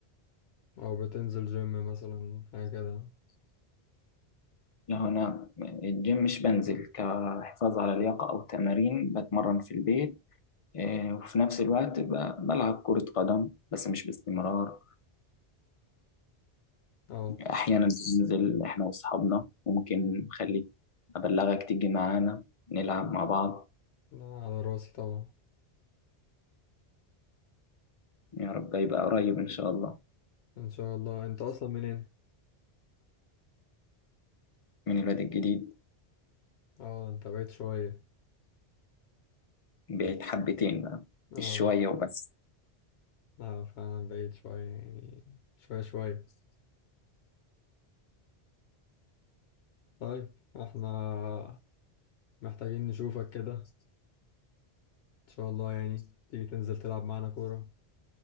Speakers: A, on the left; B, on the left.
A: او بتنزل جيم مثلا حاجة كده
B: لا أنا الجيم مش بنزل كحفاظ على اللياقة أو تمارين بتمرن في البيت إيه، وفي نفس الوقت ب- بلعب كرة قدم بس مش باستمرار
A: اه
B: أحيانا بننزل إحنا وأصحابنا ممكن نخليك أبلغك تيجي معانا نلعب مع بعض
A: لا، على راسي طبعا
B: يا رب يبقى قريب إن شاء الله
A: ان شاء الله انت اصلا منين
B: من الواد الجديد
A: اه انت بعيد شوية
B: بقيت حبتين بقى
A: اه
B: مش شوية وبس
A: لا فعلا بعيد شوية يعني شوية شوية طيب احنا محتاجين نشوفك كده ان شاء الله يعني تيجي تنزل تلعب معانا كورة